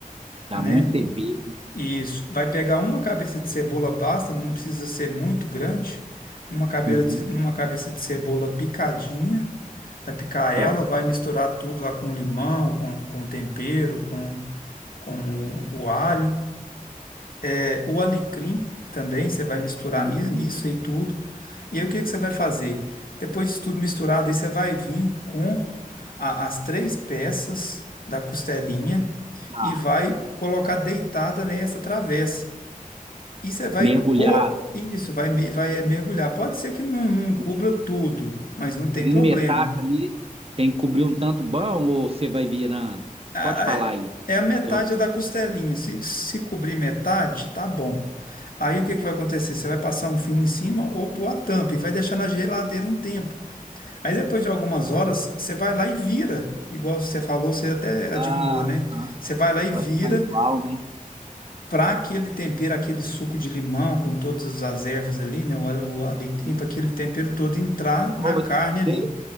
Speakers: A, on the right (about 40°); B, on the left (about 80°).
A: Dá
B: né?
A: muito tempero.
B: Isso. Vai pegar uma cabeça de cebola, basta, não precisa ser muito grande. Uma cabeça
A: Uhum,
B: de, uma cabeça de cebola picadinha. Vai picar
A: tá.
B: ela, vai misturar tudo lá com limão, com, com tempero, com, com o alho. É, o alecrim também, você vai misturar
A: Tudo
B: nisso,
A: bem.
B: nisso e tudo. E aí o que que você vai fazer? Depois disso tudo misturado, aí você vai vir com a- as três peças da costelinha
A: Tá.
B: e vai colocar deitada nessa travessa. E você vai
A: Mergulhado,
B: pôr isso, vai, me- vai é, mergulhar. Pode ser que não, não
A: mergulhado.
B: cubra tudo, mas não
A: Cobrindo
B: tem problema.
A: metade ali, tem que cobrir um tanto bom ou você vai virando?
B: A-
A: Pode falar
B: a-
A: aí,
B: é a metade
A: interromper.
B: da costelinha. Se, se cobrir metade, tá bom. Aí o que que vai acontecer? Você vai passar um filme em cima ou pôr a tampa e vai deixar na geladeira um tempo. Aí depois de algumas horas, você vai lá e vira. Igual você falou, você até adivinhou,
A: Ah,
B: né?
A: aham,
B: Você vai lá e
A: Pra
B: vira.
A: ficar igual, né?
B: para aquele tempero, aquele suco de limão com todas as ervas ali, né? O, al- o alecrim,
A: Uhum.
B: para aquele tempero todo entrar
A: Ô,
B: na carne
A: de-
B: ali.